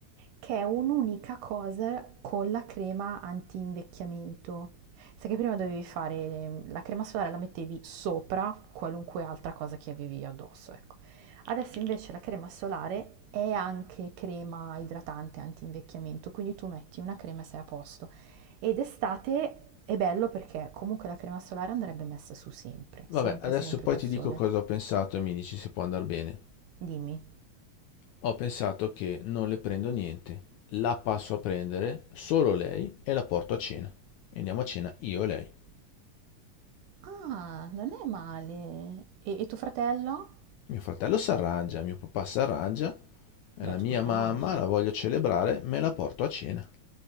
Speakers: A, on the right; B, on the left.
A: che è un'unica cosa con la crema anti-invecchiamento. Sai che prima dovevi fare la crema solare, la mettevi sopra qualunque altra cosa che avevi addosso, ecco. Adesso invece la crema solare è anche crema idratante antinvecchiamento, quindi tu metti una crema e sei a posto. Ed estate è bello perché comunque la crema solare andrebbe messa su sempre,
B: Vabbè,
A: sempre,
B: adesso
A: sempre
B: poi
A: col
B: ti
A: sole.
B: dico cosa ho pensato e mi dici se può andare bene.
A: Dimmi.
B: Ho pensato che non le prendo niente, la passo a prendere solo lei e la porto a cena. E andiamo a cena io e lei.
A: Ah, non è male. E, e tuo fratello?
B: Mio fratello si arrangia, mio papà si arrangia, e
A: Beh,
B: la mia
A: tuo papà,
B: mamma
A: non so.
B: la voglio celebrare, me la porto a cena.